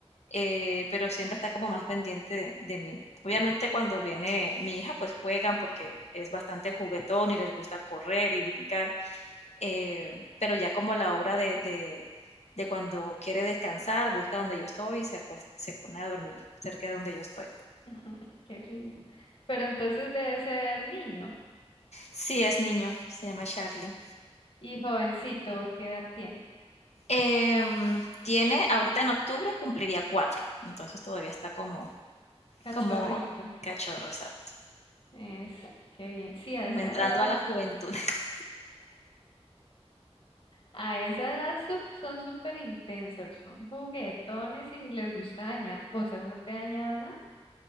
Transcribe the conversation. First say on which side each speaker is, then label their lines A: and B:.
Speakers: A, on the left; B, on the left.
A: eh, pero siempre está como más pendiente de, de mí. Obviamente cuando viene mi hija, pues juegan porque es bastante juguetón y les gusta correr y brincar, eh, pero ya como la hora de, de, de cuando quiere descansar, busca donde yo estoy y se, acuesta- se pone a dormir cerca de donde yo estoy.
B: <laughs> Qué lindo. Pero entonces debe ser niño
A: Sí, es niño, se llama Charlie.
B: y jovencito, ¿qué edad tiene?
A: Em, tiene, ahorita en octubre cumpliría cuatro, entonces todavía está como,
B: Cachorrito.
A: como cachorro, exacto,
B: Eso, qué bien. Sí, a
A: como
B: esa
A: entrando
B: edad.
A: a la juventud. <laughs>
B: A esa edad su- son súper intensos, son juguetones y les gusta dañar cosas. ¿No te ha dañado nada?